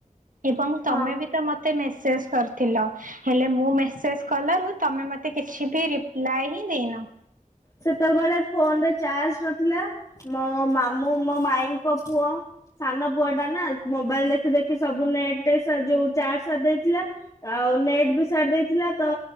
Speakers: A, on the right; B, on the left.
A: ଏବଂ ତମେ
B: ହଁ
A: ବି ତ ମତେ ମେସେଜ୍ କରିଥିଲ ହେଲେ ମୁଁ ମେସେସ୍ କଲାରୁ ତମେ ମତେ କିଛି ବି ରିପ୍ଲାଏ ହିଁ ଦେଇନ।
B: ସେତେବେଳେ ଫୋନରେ ଚାର୍ଜ ନଥିଲା। ମୋ ମାମୁଁ ମୋ ମାଇଙ୍କ ପୁଅ। ସାନ ପୁଅଟା ନା ମୋବାଇଲ ଦେଖି ଦେଖି ସବୁ ନେଟଟେ ଯୋଉ ଚାର୍ଜ ସାରି ଦେଇଥିଲା। ଆଉ ନେଟ୍ ବି ସାରି ଦେଇଥିଲା ତ